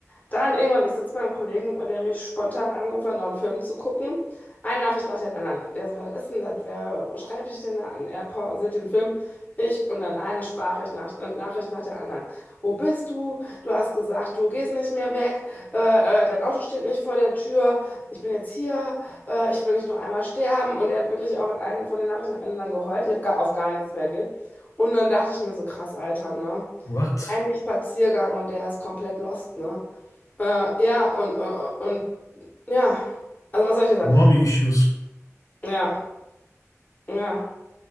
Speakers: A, on the left; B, on the left.
A: Dann irgendwann, ich sitze beim Kollegen, weil der mich spontan angerufen hat, noch einen Film zu gucken. Eine Nachricht nach der anderen. Der so, was ist denn das? Wer schreibt dich denn da an? Er pausiert den Film. Ich und dann eine Sprachnachricht nach, äh, Nachricht nach der anderen. Wo bist du? Du hast gesagt, du gehst nicht mehr weg. Äh, äh, dein Auto steht nicht vor der Tür. Ich bin jetzt hier. Äh, ich will nicht noch einmal sterben. Und er hat wirklich auch in einem von den Nachrichten am Ende dann geheult. Ich habe gar, auf gar nichts reagiert. Und dann dachte ich mir so, krass, Alter, ne?
B: What?
A: Ein Spaziergang und der ist komplett lost, ne? Äh, ja, und, und, und ja, also was soll ich dir sagen?
B: Mommy Issues.
A: Ja, ja.